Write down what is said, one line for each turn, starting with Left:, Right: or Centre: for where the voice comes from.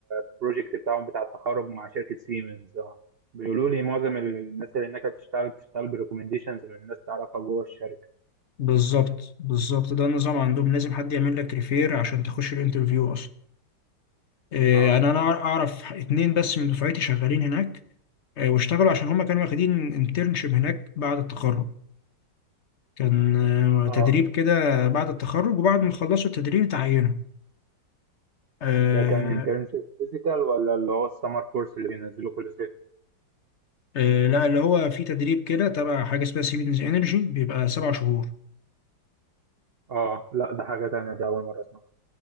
Right: البروجكت بتاعهم بتاع التخرج مع شركة سيمنز اه بيقولوا لي معظم الناس اللي هناك بتشتغل بتشتغل بريكومنديشنز من الناس تعرفها جوه الشركة
Left: بالظبط بالظبط ده النظام عندهم لازم حد يعمل لك ريفير عشان تخش الانترفيو أصلا آه،
Right: اه
Left: يعني أنا أع- أعرف اتنين بس من دفعتي شغالين هناك آه، واشتغلوا عشان هما كانوا واخدين انترنشيب هناك بعد التخرج كان آه،
Right: اه
Left: تدريب كده بعد التخرج وبعد ما خلصوا التدريب اتعينوا آه
Right: ده كان انترنشيب فيزيكال ولا اللي هو السمر كورس اللي بينزلوه كل صيف
Left: آه لا اللي هو في تدريب كده تبع حاجة اسمها سيمنز انرجي بيبقى سبع شهور
Right: اه لا ده حاجة تانية ده أول مرة أسمعها